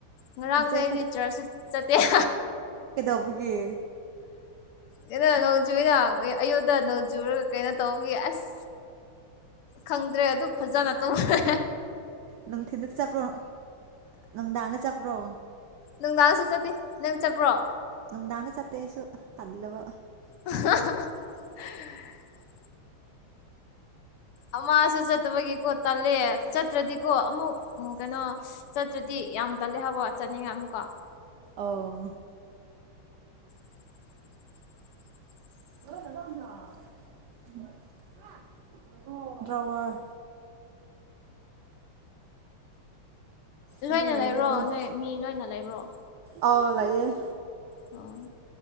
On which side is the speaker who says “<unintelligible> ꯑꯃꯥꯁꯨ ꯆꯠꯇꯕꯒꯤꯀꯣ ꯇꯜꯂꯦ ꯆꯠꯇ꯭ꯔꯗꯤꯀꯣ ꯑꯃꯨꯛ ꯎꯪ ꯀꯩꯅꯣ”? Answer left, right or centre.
Left